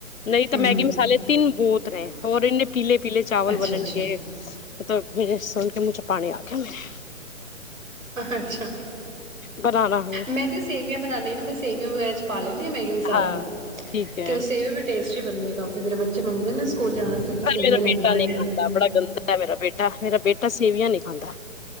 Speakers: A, on the left; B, on the right.
A: ਨਹੀਂ ਤਾਂ
B: ਹਮ
A: ਮੈਗੀ
B: ਹਮ
A: ਮਸਾਲੇ ਤਿੰਨ ਬੂਤ ਹੋਰ ਇਨੇ ਪੀਲੇ ਪੀਲੇ ਚਾਵਲ
B: ਅੱਛਾ
A: ਬਣਨਗੇ
B: ਅੱਛਾ
A: ਮਲਬ ਮੇਰੇ ਸੁਣ ਕੇ ਮੁ ਪਾਣੀ ਆ ਗਿਆ ਮੈਂਰੇ
B: ਅੱਛਾ
A: ਬਣਾਣਾ ਹੈ
B: ਮੈਂ ਤੇ ਸੇਵੀਆਂ ਬਣਾਉਂਦੀ ਨਾ ਮੈਂ ਸੇਵੀਆਂ ਵਗੈਰਾ ਪਾਲਨ ਮੈਗੀ ਮਸਾਲਾ
A: ਹਾਂ ਠੀਕ ਹੈ
B: ਤੇ ਉਹ ਸੇਵ ਵੀ ਟੇਸਟ <unintelligible> ਕਾਫੀੇਰੇ ਬੱਚੇ ਮੰਦੇ ਨੇ ਸਕੂਲ ਜਾਣ ਵਾਸਤੇ ਕਿ ਸੇਵੀਆਂ
A: ਪਰ ਮੇਰਾ
B: ਲੈ
A: ਬੇਟਾ
B: ਕੇ ਜਾਣੀਆਂ
A: ਨਹੀਂੀ
B: ਮੈਗੀ
A: ਖਾਂਦਾ
B: ਬਣਾ
A: ਬੜਾ ਗੰਦਾ ਮੇਰਾ ਬੇਟਾ ਮੇਰਾ ਬੇਟਾ ਤਾਂ ਸੀਵੀਆਂ ਨਹੀਂ ਖਾਂਦਾ